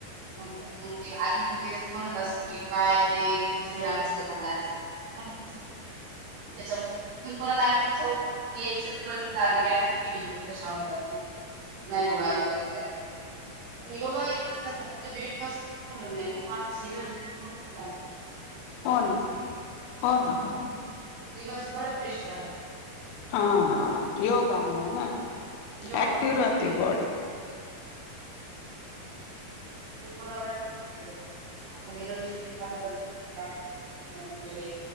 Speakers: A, on the right; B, on the left.
A: मग ते आई वगैरे तर म्हणत असते की काय औषधा अस म्हणत असत त्याच्या तिथून परत आणखी खाऊन फुकून यायच परत आणखी फिलिंग नाही बाबा योगा करायचारा योगा घ <unintelligible>
B: हो ना! हो ना! ना
A: दिवस भर फ्रेश राहत.
B: हा हा योगा म्हणून ना
A: योगामुळे
B: ऍक्टिव राहते बॉडी.
A: ममला अ <unintelligible> आप ज श कीहं गरजेचं आहे आपल्या